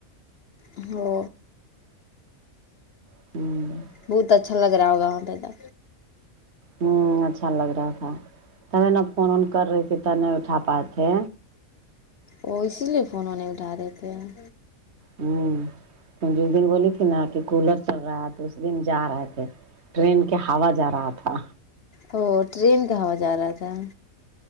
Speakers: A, on the left; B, on the right.
A: ہلو
B: ہوں
A: بہت اچھا لگ رہا ہوگا وہاں پہ تو
B: ہوں اچھا لگ رہا تھا تب انو فون ون کر رہی تھی تو نہیں اٹھا پائے تھے
A: وہ اسی لیے فون وہ نہیں اٹھا رہے تھے ہیں
B: ہوں جس دن بولی تھی نا کہ کولر چل رہا ہے تو اس دن جا رہے تھے ٹرین کے ہوا جا رہا تھا
A: او ٹرین کا ہوا جا رہا تھا